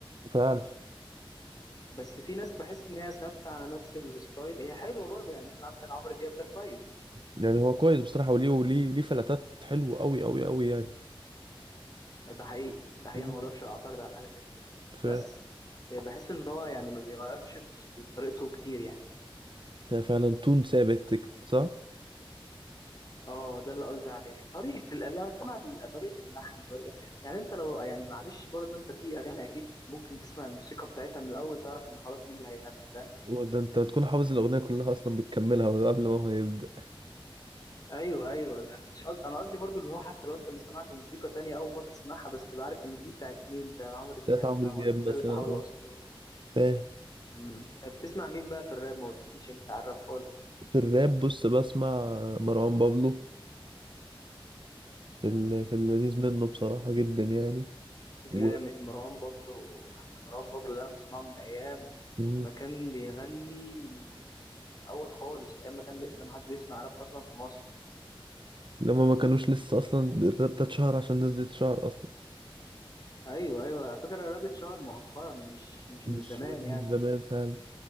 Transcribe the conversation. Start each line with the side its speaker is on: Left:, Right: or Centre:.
Right: فعلا
Left: بس في ناس بحس ان هي ثابته على نفس الستايل هي حلوه برضه يعني مثلا عندك عمرو دياب ده كويس
Right: يعني هو كويس بصراحة وليه وليه وليه فلاتات حلوة أوي أوي أوي يعني
Left: ده حقيقي ده حقيقي
Right: مم.
Left: انا ما اقدرش اعترض على حاجه زي كده
Right: ف
Left: بس بحس ان هو يعني ما بيغيرش في طريقته كتير يعني
Right: هي فعلا تون ثابت كده، صح؟
Left: اه ده اللي قصدي عليه طريقه ال- اللي بتكلم على طريقه اللحن طريقه يعني انت لو يعني معلش برضه انت في اغاني اكيد ممكن تسمع الموسيقى بتاعتها من الاول تعرف ان خلاص مين اللي هيغني فاهم
Right: وده انت تكون حافظ الأغنية كلها أصلا بتكملها قبل ما هو يبدأ
Left: ايوه ايوه مش قصد... انا قصدي برضو اللي هو حتى لو انت ما سمعت موسيقى تانية اول مره تسمعها بس تبقى عارف ان دي بتاعت مين بتاعت عمرو دياب
Right: ده عمرو
Left: فاهم
Right: دياب
Left: قصدي ده
Right: مثلا
Left: اللي بحاول اوصله لك
Right: آه.
Left: امم طب بتسمع مين بقى في الراب ما قلتليش انت على الراب خالص
Right: في الراب بص بسمع مروان بابلو في ال... في اللذيذ منه بصراحة جدا يعني
Left: جامد
Right: و
Left: مروان بابلو يا عم مروان بابلو ده انا بسمعه من ايام
Right: مم.
Left: ما كان بيغني من الاول خالص ايام ما كان لسه ما حدش بيسمع راب اصلا في مصر
Right: لما ما كانوش لسه اصلا الراب ده اتشهر عشان الناس دي تتشهر اصلا
Left: ايوه ايوه على فكره الراب اتشهر مؤخرا مش مش
Right: مش
Left: من زمان
Right: من
Left: يعني
Right: من زمان فعلا